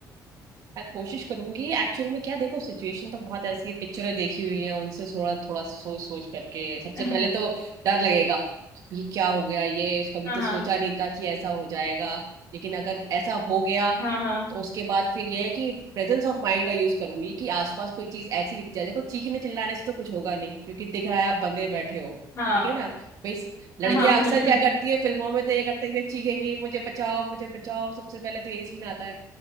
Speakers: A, on the right; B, on the left.
A: मैं कोशिश करूंगी एक्चुअल में क्या देखो सिचुएशन तो बहुत ऐसी है पिक्चरें देखी हुई है उनसे थोड़ा थोड़ा सोच सोच करके सबसे
B: <laughs>
A: पहले तो डर लगेगा ये क्या हो गया ये कभी
B: हाँ
A: तो
B: हाँ
A: सोचा नहीं था कि ऐसा हो जाएगा लेकिन अगर ऐसा हो गया
B: हाँ
A: तो उसके बाद फिर यह है कि प्रेजेंस ऑफ माइंड का यूज करूंगी कि आसपास कोई चीज ऐसी दिख जाए देखो चीखने चिल्लाने से तो कुछ होगा नहीं क्योंकि दिख रहा है आप बंदे बैठे हो
B: हाँ
A: ठीक है ना भाई लड़कियां
B: हाँ हाँ बिल्कुल
A: अक्सर क्या करती है फिल्मों में तो ये करते हुए चीखेंगी मुझे बचाओ मुझे बचाओ सबसे पहले तो यही सीन आता है